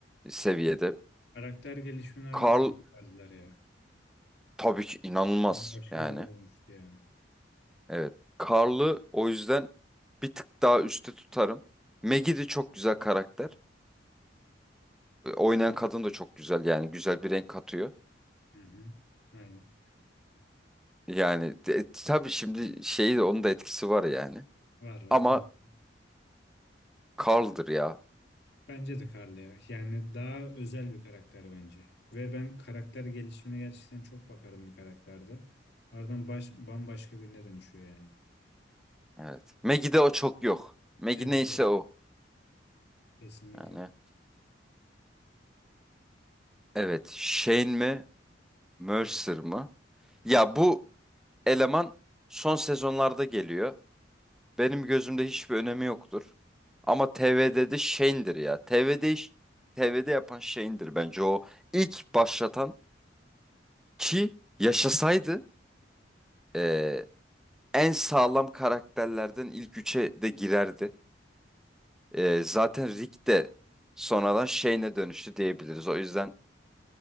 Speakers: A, in the centre; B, on the left.
A: seviyede.
B: Karakter gelişimini harbi
A: Carl
B: çok verdiler ya.
A: tabii ki inanılmaz
B: Başka
A: yani.
B: birine dönüştü yani.
A: Evet. Carl'ı o yüzden bir tık daha üstte tutarım. Maggie de çok güzel karakter. Oynayan kadın da çok güzel yani güzel bir renk katıyor.
B: Hı hı. Aynen.
A: Yani de- tabii şimdi şeyi onun da etkisi var yani.
B: Var var
A: Ama
B: tabii.
A: Carl'dır ya.
B: Bence de Carly ya. Yani daha özel bir karakter bence. Ve ben karakter gelişimine gerçekten çok bakarım bir karakterde. Ardından baş, bambaşka birine dönüşüyor yani.
A: Evet. Maggie'de o çok yok. Maggie
B: Evet,
A: neyse
B: evet.
A: o.
B: Kesinlikle.
A: Yani evet. Shane mi? Mercer
B: O.
A: mı? Ya bu eleman son sezonlarda geliyor. Benim gözümde hiçbir önemi yoktur. Ama TV'de de Shane'dir ya. TV'de iş- TV'de yapan Shane'dir bence o ilk başlatan ki yaşasaydı eee, en sağlam karakterlerden ilk üçe de girerdi. Ee, zaten Rick de sonradan şeyine dönüştü diyebiliriz. O yüzden